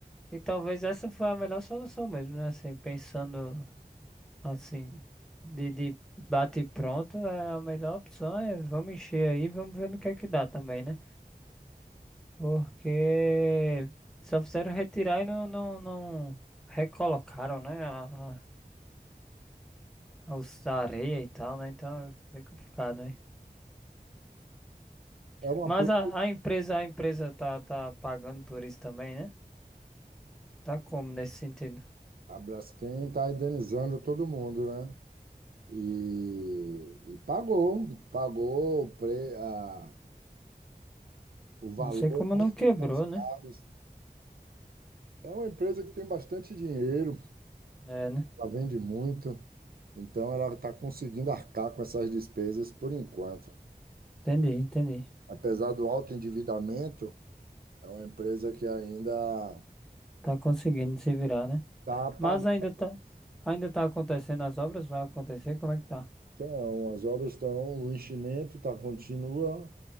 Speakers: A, in the centre; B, on the right.
A: E talvez essa foi a melhor solução mesmo, né? Assim, pensando assim, de, de bate e pronto, é a melhor opção é vamos encher aí, vamos ver no que é que dá também, né? Porque só fizeram retirar e não, não, não recolocaram, né? A, a, a os- a areia e tal, né? Então é bem complicado, né?
B: É uma,
A: Mas
B: pro-
A: a, a empresa, a empresa tá, tá pagando por isso também, né? Tá como nesse sentido?
B: a Braskem está indenizando todo mundo, né? E, e pagou, pagou o, pre, a, o valor
A: Não sei como não quebrou,
B: dos
A: né?
B: casos. É uma empresa que tem bastante dinheiro,
A: É, né?
B: ela vende muito, então ela está conseguindo arcar com essas despesas por enquanto.
A: Entendi, entendi.
B: Apesar do alto endividamento, é uma empresa que ainda
A: Tá conseguindo se virar, né?
B: está pagando.
A: Mas ainda tá, ainda tá acontecendo as obras, vai acontecer, como é que tá?
B: Então, as obras estão, o enchimento tá, continua,